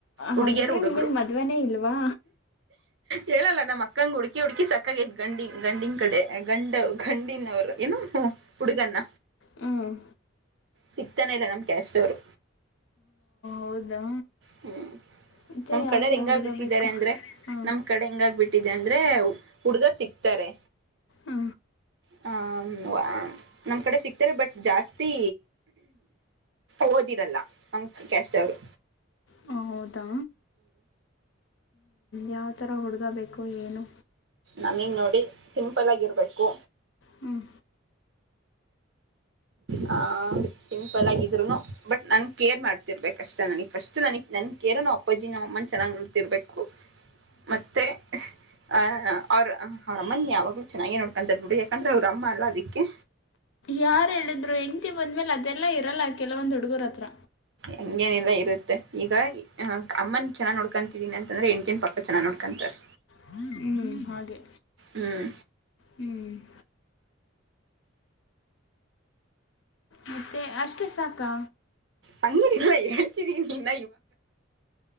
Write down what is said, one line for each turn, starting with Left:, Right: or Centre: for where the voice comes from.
Right: ಹುಡುಗಿಯರು
Left: ಹಾಗಿದ್ರೆ
Right: ಹುಡುಗರು
Left: ನಿಮಗ್ ಮದ್ನೇ ಇಲ್ವಾ
Right: ಹೇಳಲ್ಲ ನಮ್ಮ ಅಕ್ಕಂಗ ಹುಕಿ ಹುಡ್ಕಿ ಸಕ್ಕಾಗದ ಗಂಡಿ ಗಂಡಿನ್ ಕಡೆ ಗಂಡ ಗಂಡಿನವರು ಏನೋ ಹುಡುಗನ್ನ
Left: ಹ್ಮ್
Right: ಸಿಕ್ತಾನೆ ಇಲ್ಲ ನಮ್ ಕ್ಯಾಶ್ಟೋರು
Left: ಹೌದಾ
Right: ಹ್ಮ್
Left: ಮತ್ತು
Right: ನಮ
Left: ಯಾವ
Right: ಕಡರ್
Left: ಥರ
Right: ಹೆಂಗಾಗ್
Left: ಹುಡುಗ
Right: ಬಿಟ್ಟಿದ್ದಾರೆ
Left: ಬೇಕು
Right: ಅಂದ್ರೆ
Left: ಹಾಂ
Right: ನಮ್ ಕಡೆ ಹೆಂಗಾಗ್ ಬಿಟ್ಟ ಇಟ್ಟಿದೆ ಅಂದ್ರೆ ಹುಡ್ಗರ್ ಸಿಕ್ತಾರೆ
Left: ಹ
Right: ಹ ನಮ್ ಕಡೆ ಸಿಕ್ತಾರೆ ಬಟ್ ಜಾಸ್ತಿ ಓದಿರಲ್ಲ ನಮ ಕೆಸ್ವರು
Left: ಹ ಹೌದಾ ಯಾವ ಥರ ಹುಡ್ಗ ಬೇಕು ಏನು
Right: ನಮಗ್ ನೋಡಿ ಸಿಂಪಲ್ ಆಗ ಇರ್ಬೇಕು
Left: ಹ್ಮ್
Right: ಹ ಸಿಂಪಲ್ ಆಗಿದ್ರು ಬಟ್ ನನ್ ಕೇರ್ ಮಾಡ್ತಿರ್ಬೇಕ ಅಷ್ಟ ನನಗ್ ಫಸ್ಟ್ ನನ ನ ಕೇರ್ ನ ಅಪ್ಪಾಜಿ ನಮ್ಮಮ್ಮ ನನ್ನ ಚೆನ್ನಾಗಿ ನೋಡ್ಕೊಳ್ಳಬೇಕು ಮತ್ತೆ ಅ ಅವ್್ರ ಅವ್ರ ಅಮ್ಮನ ಯಾವಾಗಲೂ ಚೆನ್ನಾಗೇ ನೋಡ್ಕೊಂತ್ಬ ಬಿಡಿ ಯಾಕಂದ್ರೆ ಅವ್ರ ಅಮ್ಮ ಅಲ್ಲ ಅದಕ್ಕೆ
Left: ಯಾರ ಹೇಳಿದ್ರು ಹೆಂಡ್ತಿ ಬಂದ್ಮೇಲೆ ಅದೆಲ್ಲ ಇರಲ್ಲ ಕೆಲವೊಂದು್ ಹುಡುಗರ ಹತ್ರ
Right: ಹಂಗೇನಲ್ಲಾ ಇರುತ್ತೆ ಈಗ ಅಮ್ಮನ್ ಚೆನ್ನಾಗ್ ನೋಡ್ಕೊತಿದೀನಿ ಅಂತಂದ್ರೆ ಹೆಂಡಟಿನ ಪಕ್ಕ ಚನ್ನಾಗ್ ನೋಡ್ಕೊಂತಾರೆ
Left: ಹ್ಮ್ ಹಾಗೆ
Right: ಹ್ಮ್
Left: ಹ್ಮ್ <inaudible> ಮತ್ತೆ ಅಷ್ಟೇ ಸಾಕಾ
Right: ಹಂಗೆನಿಲ್ವ್